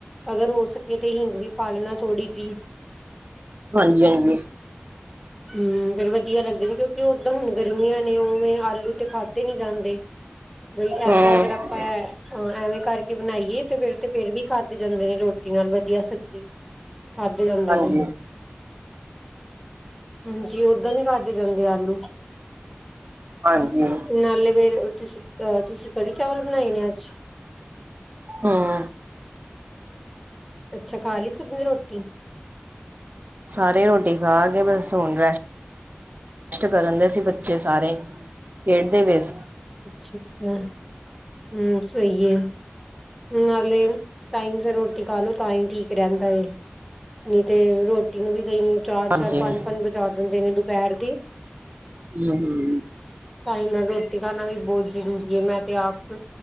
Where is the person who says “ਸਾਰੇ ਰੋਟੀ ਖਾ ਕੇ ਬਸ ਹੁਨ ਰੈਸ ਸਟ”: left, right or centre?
Right